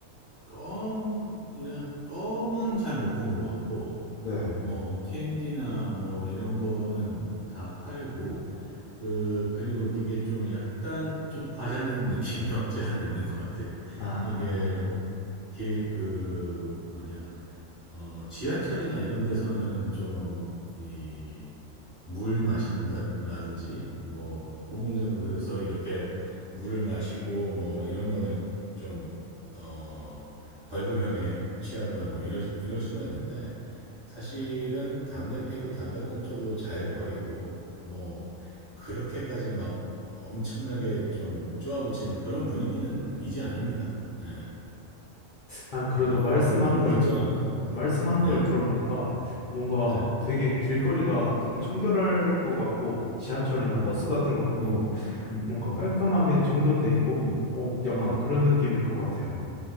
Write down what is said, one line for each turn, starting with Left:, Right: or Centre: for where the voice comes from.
Right: 껌, 이런, 껌은 잘 못 본 것 같고,
Left: 네.
Right: 뭐, 캔디나 뭐, 이런 거는 다 팔고, 그, 그리고 그게 좀 약간 좀 과장된 느낌이 <laughs> 없지 않아 있는 것 같아요.
Left: 아.
Right: 이게, 기- 그, 뭐냐. 어, 지하철이나 이런 데서는 좀, 이, 물 마신다라든지, 뭐, 공공장소에서 이렇게 물을 마시고, 뭐, 이런 거는 좀, 어, 벌금형에 취하거나 뭐, 이럴, 이럴 수가 있는데, 사실은 담배 피고 담배꽁초도 잘 버리고, 뭐, 그렇게까지 막 엄청나게 좀 쪼아붙이는 그런 분위기는 이제 아닙니다. 예.
Left: 아, 그래도
Right: 그래서
Left: 말씀하는
Right: 너무
Left: 걸
Right: 걱정
Left: 들어,
Right: 안 하셔도 돼요.
Left: 말씀하는
Right: 네.
Left: 걸 들어보니까 뭔가
Right: 네.
Left: 되게 길거리가
Right: 음,
Left: 되게 청결할 것 같고 지하철이나
Right: 음,
Left: 버스 같은 것도
Right: 음, 음,
Left: 뭔가
Right: 음,
Left: 깔끔하게 정돈돼 있고
Right: 음.
Left: 어, 약간
Right: 음.
Left: 그런 느낌일 것 같아요.